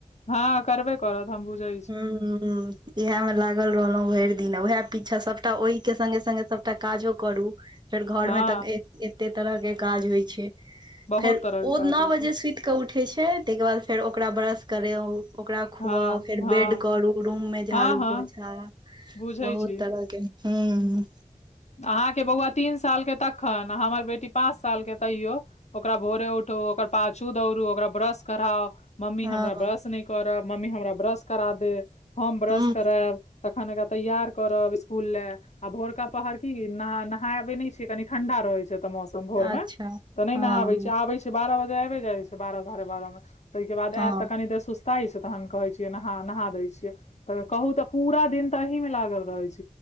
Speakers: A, on the left; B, on the right.
A: हँ करबै करत हम बुझे
B: हँ इएह मे लागल रहलहुँ भरि दिन उएह पीछा सबटा ओहिके सगे सगे सबटा काजो करू फेर घर
A: हँ
B: में तऽ एते तरह के काज होइ छै
A: बहुत
B: फेर
A: तरह के
B: ओ
A: काज
B: नओ
A: होइ
B: बजे
A: छै
B: सुति के उठे छै तहिके बाद फेर ओकरा ब्रश करे ओकरा खुउ
A: हँ
B: फेर
A: हँ
B: बेड करू रूम मे झाड़ू
A: हँ हँ
B: पोछा
A: बुझै
B: बहुत
A: छी
B: तरहके ह
A: अहाँके बौआ तीन सालके तखन आ हमर बेटी पाँच सालके तयो ओकरा भोरे उठो ओकर पाछ छू दौड़ू ओकरा ब्रश कराउ मम्मी
B: हँ
A: हमरा ब्रश नहि करब मम्मी हमरा ब्रश करा दे फॉर्म ब्रश
B: हूं
A: करायब तखन एकरा तैयार करब स्कूल ले आ भोरका पहर न नहबे न छ कनी ठंडा रहे छै ए मौसम भोर
B: अच्छा
A: मे तऽ नहि
B: हँ
A: नहाबे छी आबे छै बारह बजे आबे जाइ छै बारह साढ़े बारह मे तहिके बाद
B: हँ
A: आयत त कनि देर सु्त त छै तहन कहे छियै नहा नहा दै छियै त कहू तऽ पूरा दिन तऽ एही में लागल रहे छै